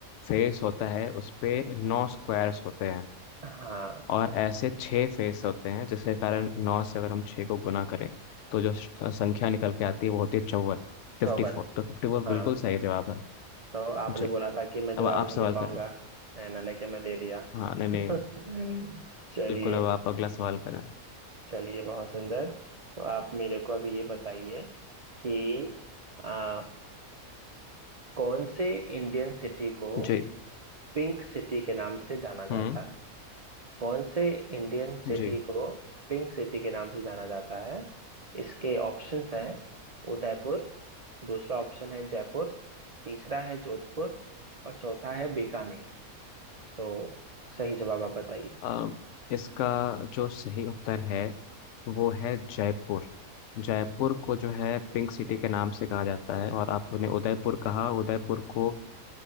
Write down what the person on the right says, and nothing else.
हाँ
चौवन
हाँ
तो आपने
बोला था कि मैं जवाब
नहीं
दे पाऊंगा
है ना लेके मैं दे दिया
<laughs> चलिए
चलिए बहुत सुंदर तो आप मेरे को अभी ये बताइए कि आ, कौन से इंडियन सिटी को
पिंक सिटी के नाम से जाना जाता
है कौन से इंडियन सिटी
को पिंक सिटी के नाम से जाना जाता है इसके ऑप्शंस हैं उदयपुर दूसरा ऑप्शन है जयपुर तीसरा है जोधपुर और चौथा है बीकानेर तो सही जवाब आप बताइए